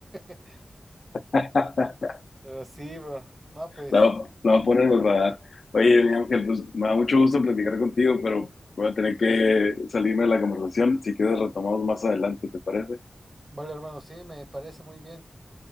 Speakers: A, on the right; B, on the left.
A: <laughs>
B: <laughs>
A: Pero sí, bro. No, pues.
B: La, va- la va a poner en el radar. Oye,
A: Ajá.
B: mi Ángel, pues me da mucho gusto platicar contigo, pero voy a tener que salirme de la conversación. Si quieres, retomamos más adelante, ¿te parece?
A: Vale, hermano, sí, me parece muy bien.